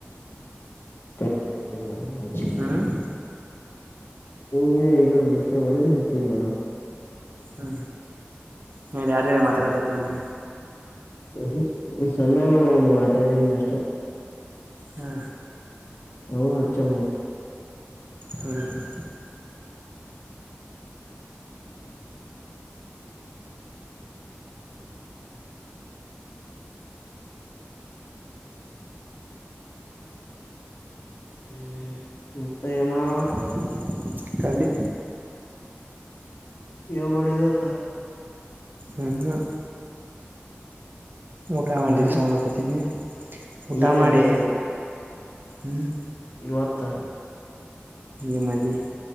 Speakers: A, on the left; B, on the right.
A: ತನಿಮಾಷೆ ಮಾಡಿ ಹಚ್ಚ.
B: ಹ್ಞೂ ಹ್ಞೂ
A: ನೀ ಈಗಮ್ಮಸೆ ಮಾಡಿ ಹಚ್ಚಿನ್ ನೋಡು.
B: ಹಾ ಹಾ ನೀ ಯಾರಜೊತಿಗ ಮಾತಾಡಾಕತ್ ಮಾಡಿದ್ ನಾ.
A: ಹ್ಮ್ಮ್ ಹ್ಮ್ಮ್ ಸಮಯ ನೋಡ ಒಂದ್ ಮಾತಾಡಿನಿ ಅಷ್ಟ.
B: ಹಾ.
A: ಹಾ ಹಚ್ಚಣಕಿ.
B: ಹ್ಮ್ ಹ್ಮ.
A: ಹ್ಮ ಮತ್ತೆ ಏನ್ಮಾಡ.
B: ಮತ್ತೆ ಏನ್ ಮಾಡನಣ ಕಾಲಿ.
A: ಏನ್ಮಾಡಿಯತ.
B: ಹಹ. ಊಟ ಮಾಡಿಲ್
A: ಹ
B: ಸುಮ್ನ ಕೂತಿದ್ನಿ ಊಟ
A: ಈಗಲ್ಲೇ
B: ಮಾಡಿ ಹ್ಮ್.
A: ಇವತ್ತ.
B: ಏನ್ ಮಾಡ್ಲಿ